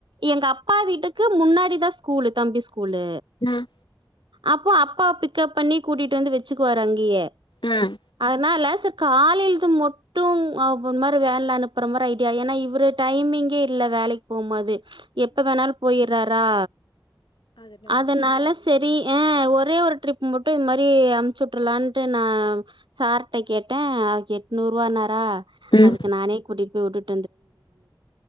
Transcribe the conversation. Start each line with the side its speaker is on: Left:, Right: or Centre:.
Right: எங்க அப்பா வீட்டு க்கு முன்னாடி தா ஸ்கூல் தம்பி ஸ்கூ கூல்
Left: ம்
Right: அப்போ அப்பா பிக்கப் பண்ணி கூட்டிட்டு வந்து வச்சுக்குவாரு அங்கயே
Left: ம்
Right: அதனால சர் காலையழுது மொட்டு ஒன் மாரி வேன்ல அனுப்பற மாரி ஐடியா ஏன்னா இவரு டைமிங்கே இல்ல வேலைக்கு போம்போது எப்ப வேணாலு போயறாரா அதனால சரி
Left: <unintelligible>
Right: ஆ ஒரே ஒரு ட்ரிப் மட்டு இது மாரி அமுச்சு விட்ரலான்ட்டு நா சார்ட்ட கேட்ட கே நூறுவா நாரா
Left: ம்
Right: அதுக்கு நானே கூட்டிட்டு போய் உட்டுட்